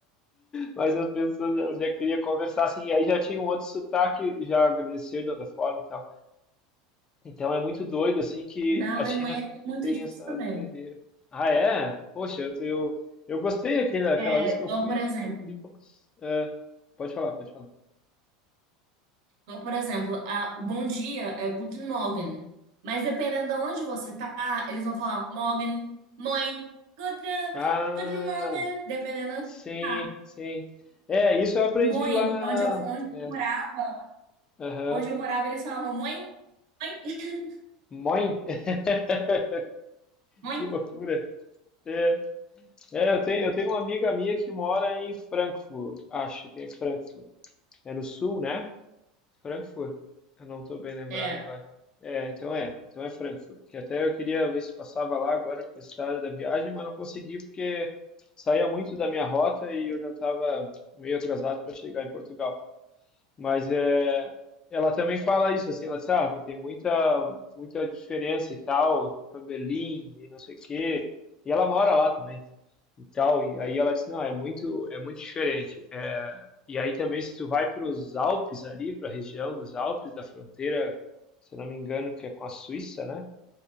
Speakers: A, on the left; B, on the right.
A: Mas as pessoas elas já queriam conversar, assim, e aí já tinha um outro sotaque, já agradeceu de outra forma e tal. Então é muito doido, assim, que
B: Na
A: a
B: Alemanha
A: China
B: é muito
A: tem
B: disso
A: essa
B: também.
A: doideira. Ah, é? Poxa, eu, eu, eu gostei aquele, aquela
B: É,
A: vez que
B: igual,
A: eu fui.
B: por exemplo,
A: fiquei pouco- é, pode falar, pode falar.
B: igual, por exemplo, a, o bom dia é Guten Morgen. Mas dependendo de onde você tá, eles vão falar Morgen, Moin, Guten,
A: Ah,
B: Guten Morgen, dependendo de onde
A: sim,
B: você tá.
A: sim. É, isso eu aprendi
B: Moin,
A: lá
B: onde eu,
A: na.
B: onde eu
A: É,
B: morava,
A: aham.
B: onde eu morava, eles falavam Moin, Moin, <laughs>
A: Mãe, <laughs>
B: Moin.
A: que loucura. É. É, eu tenho, eu tenho uma amiga minha que mora em Frankfurt, acho que é em Frankfurt. É no sul, né? Frankfurt. Eu não estou bem lembrado
B: É.
A: agora. É, então é, então é Frankfurt. Que até eu queria ver se passava lá agora com a estrada da viagem, mas não consegui porque saía muito da minha rota e eu já estava meio atrasado para chegar em Portugal. Mas é, ela também fala isso, assim, ela diz, ah, pô, tem muita, muita diferença e tal, eu fui para Berlim e não sei o quê, e ela mora lá também e tal, e aí ela disse, não, é muito, é muito diferente. É, e aí também se tu vai para os Alpes ali, para a região dos Alpes, da fronteira, se eu não me engano, que é com a Suíça, né?